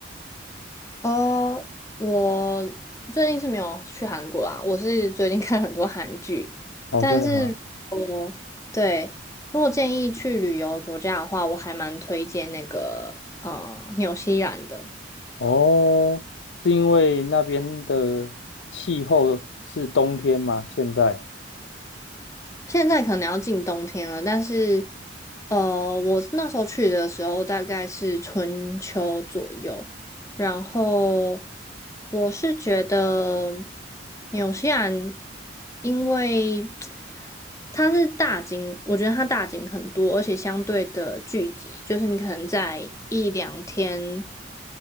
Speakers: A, on the left (about 15°); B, on the left (about 70°).
A: 哦，我最近是没有去韩国啦，我是最近 <laughs> 看很多韩剧，
B: 哦，
A: 但是我对，
B: 真的吗？
A: 如果建议去旅游的国家的话，我还蛮推荐那个呃纽西兰的。
B: 哦，是因为那边的气候是冬天吗？现在？
A: 现在可能要进冬天了，但是，呃，我那时候去的时候大概是春秋左右，然后我是觉得纽西兰，因为它是大景，我觉得它大景很多，而且相对的聚集，就是你可能在一两天。